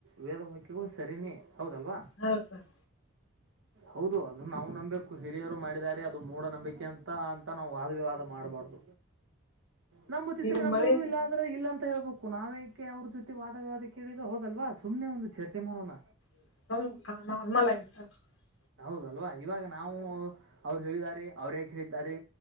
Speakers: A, on the right (about 80°); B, on the left (about 75°).
A: ವೇದವಾಕ್ಯಗಳು ಸರಿನೇ. ಹೌದಲ್ವಾ
B: ಹಾ ಸರ್
A: ಹೌದು ಅ ಅದನ್ನ ನಾವು ನಂಬಬೇಕು ಹಿರಿಯರು ಮಾಡಿದಿದ್ದಾರೆ ಅದು ಮೂಢ ನಂಬಿಕೆ ಅಂತ ಅಂತ ನಾವು ವಾದವಿವಾದ ಮಾಡ್ಬಾರ್ದ. ನಂಬತಿದ್ರೆ
B: ಈಗ
A: ನಂಬಂಬೋದು
B: ಮಳೆ
A: ಇಲ್ಲ ಅಂದ್ರೆ ಇಲ್ಲ ಅಂತ ಹೇಳ್ಬೇ ಕು ನಾವೇಕೆ ಅವ್ರ ಜೊತೆ ವಾದವಿವಾದ ಕೇಳಿದ ಹೋದಲ್ವಾ ಸುಮ್ನೆ ಒಂದು ಚರ್ಚೆ ಮಾಡೋಣ.
B: <unintelligible>
A: ಹೌದಲ್ವಾ ಇವಾಗ ನಾವು ಅವ್ರು ಹೇಳಿದಿದ್ದಾರೆ ಅವ್ರು ಯಾಕ ಹೇಳಿದ್ದಾರೆ